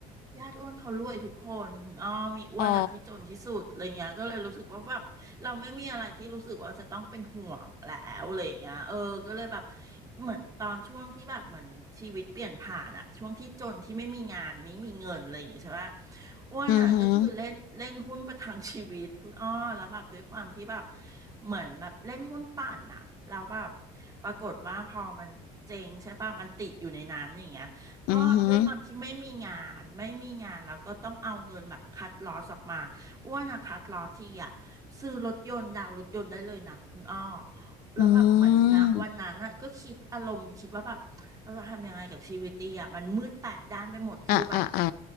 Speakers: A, on the right; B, on the left.
A: ญาติอ้วนเขารวยทุกคนคุณอ้อมมีอ้วนอ่ะที่จนที่สุดอะไรเงี้ยก็เลยรู้สึกว่าแบบเราไม่มีอะไรที่รู้สึกว่าจะต้องเป็นห่วงแล้วอะไรเงี้ยเออก็เลยแบบ
B: อ๋อ
A: เหมือนตอนช่วงที่แบบเหมือนชีวิตเปลี่ยนผ่านอ่ะช่วงที่จนที่ไม่มีงานไม่มีเงินอะไรอย่างงี้ใช่ปะอ้วนอ่ะก็คือเล่นเล่นหุ้นประทังชีวิตคุณอ้อแล้วแบบด้วยความที่แบบ
B: อือหือ
A: เหมือนแบบเล่นหุ้นปั่นอ่ะแล้วแบบปรากฏว่าพอมันเจ๊งใช่ปะมันติดอยู่ในนั้นอย่างเงี้ย
B: อือหือ
A: ก็ด้วยความที่ไม่มีงานไม่มีงานแล้วก็ต้องเอาเงินแบบคัดลอสออกมาอ้วนอะคัดลอสทีอะซื้อรถยนต์ดาวน์รถยนต์ได้เลยนะคุณอ้อแล้วแบบเหมือนนะวันนั้นอะก็คิดอารมณ์คิดว่าแบบเราจะทำยังไงกับชีวิตดีอ่ะมันมืดแปดด้านไปหมดคือแบบ
B: อืมอ่ะอ่ะอ่ะ